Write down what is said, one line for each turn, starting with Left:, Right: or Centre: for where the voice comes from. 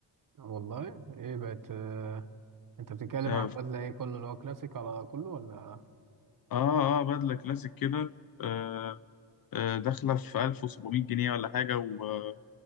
Right: والله ايه بقت آه، انت بتتكلم
Left: لا،
Right: على البدلة
Left: ف-
Right: ايه كله اللي هو كلاسيك على كله ولا
Left: اه اه بدله كلاسيك كده آه آه داخله في 1700 جنيه ولا حاجه و-